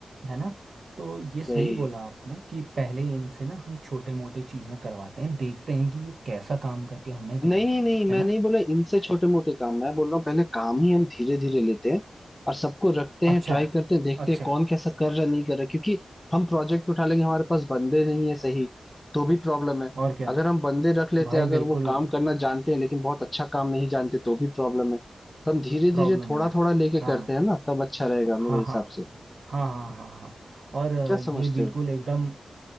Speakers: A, on the right (about 70°); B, on the left (about 20°).
A: है ना तो ये सही
B: वही
A: बोला आपने कि पहले इनसे ना हम छोटे मोटे चीज़ें करवाते हैं देखते हैं कि ये कैसा काम करके हमें दे
B: नहीं
A: रहे हैं
B: नहीं मैं
A: है ना
B: नहीं बोला इनसे छोटे मोटे काम मैं बोल रहा हूँ पहले काम ही हम धीरे धीरे लेते हैं और सबको रखते हैं
A: अच्छा
B: ट्राई करते हैं देखते
A: अच्छा
B: हैं कौन कैसा कर रहा नहीं कर रहा क्योंकि हम प्रोजेक्ट उठा लेंगे हमारे पास बंदे नहीं है सही तो भी प्रॉब्लम है
A: और क्या
B: अगर हम बंदे रख लेते
A: भाई
B: हैं अगर
A: बिल्कुल
B: वो काम करना जानते हैं लेकिन बहुत अच्छा काम नहीं जानते तो भी प्रॉब्लम है तो हम धीरे
A: प्रॉब्लम
B: धीरे थोड़ा
A: है
B: थोड़ा लेके
A: हाँ
B: करते हैं ना तब अच्छा रहेगा
A: हाँ
B: मेरे हिसाब
A: हाँ
B: से
A: हाँ हाँ हाँ हाँ हाँ, और अ,
B: क्या समझते
A: ये बिल्कुल
B: हो
A: एकदम